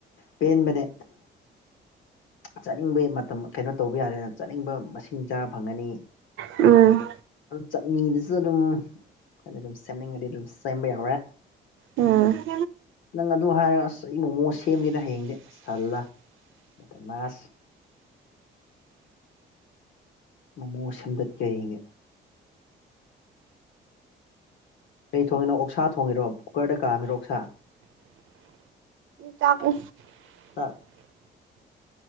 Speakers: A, on the left (about 80°); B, on the right (about 80°).
A: ꯄꯦꯟꯕꯅꯦ ꯆꯠꯅꯤꯡꯕꯩ ꯃꯇꯝ ꯀꯩꯅꯣ ꯇꯧꯕ ꯌꯥꯔꯦꯅ ꯆꯠꯅꯤꯡꯕ ꯃꯁꯤꯡ ꯆꯥ ꯐꯪꯒꯅꯤ
B: ꯎꯝ
A: ꯆꯠꯅꯤꯗꯨꯁꯨ ꯑꯗꯨꯝ ꯑꯩꯈꯣꯏꯅ ꯑꯗꯨꯝ ꯁꯦꯝꯅꯤꯡꯉꯗꯤ ꯑꯗꯨꯝ ꯁꯦꯝꯕ ꯌꯥ
B: ꯎꯝ
A: ꯅꯪ ꯑꯗꯨ ꯍꯥꯏꯔꯁ ꯃꯣꯃꯣ ꯁꯦꯝꯒꯦꯗ ꯍꯌꯦꯡꯗꯤ ꯑꯁꯂꯥ ꯃꯥꯁ ꯃꯣꯃꯣ ꯁꯦꯝꯗꯠꯀꯦ ꯑꯅꯦ ꯀꯩ ꯊꯣꯡꯉꯤꯅꯣ ꯑꯣꯛꯁꯥ ꯊꯣꯡꯉꯤꯔꯣ ꯀꯨꯀꯔꯗ ꯀꯥꯝꯃꯤꯔꯣ ꯑꯣꯛꯁꯥ
B: ꯆꯥꯛꯁ
A: ꯇꯥ <unintelligible> <inaudible>